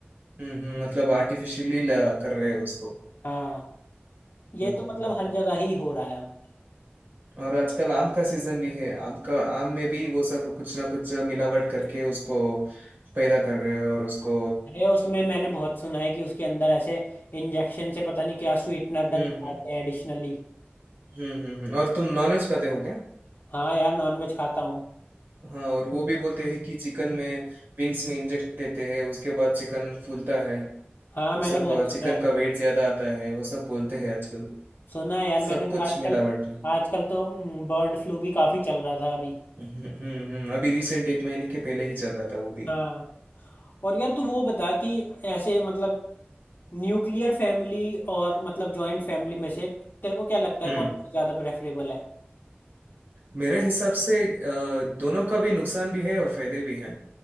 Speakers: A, on the right (about 55°); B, on the left (about 55°).
A: हम्म हम्म मतलब आर्टिफिशियली कर रहे हैं उसको
B: हाँ ये
A: हम्म
B: तो मतलब
A: हम्म हम्म।
B: हर जगह ही हो रहा है अब
A: और आजकल आम का सीजन भी है आम का आम में भी वो सब कुछ ना कुछ मिलावट करके उसको पैदा कर रहे हैं और उसको
B: अरे उसमें मैंने बहुत सुना है कि उसके अंदर ऐसे इंजेक्शन से पता नहीं क्या स्वीटनर डालते
A: हम्म हम्म
B: हैं एडिशनली
A: हम्म हम्म हम्म। और तुम नॉनवेज खाते हो क्या
B: हाँ यार नॉनवेज खाता हूँ
A: हाँ और वो भी बोलते हैं कि चिकन में विंग्स में इंजेक्ट देते हैं उसके बाद चिकन फूलता है
B: हाँ
A: वो
B: मैंने
A: सब
B: बहुत सुना
A: चिकन
B: है
A: का वेट ज्यादा आता है वो सब बोलते हैं आजकल
B: सुना है यार
A: सब
B: मैंने और
A: कुछ
B: आजकल
A: मिलावट में
B: आजकल तो बर्ड फ्लू भी काफी चल रहा था अभी
A: हम्म हम्म हम्म, हम्म, अभी रिसेंट एक महीने के पहले ही चल रहा था वो भी
B: हाँ और यार तू वो बता कि ऐसे मतलब न्यूक्लियर फैमिली और मतलब जॉइंट फैमिली में से तेरे को क्या लगता है
A: हम्म
B: कौन सी ज्यादा प्रेफरेबल है
A: मेरे हिसाब से अ, दोनों का भी नुकसान भी है और फायदे भी हैं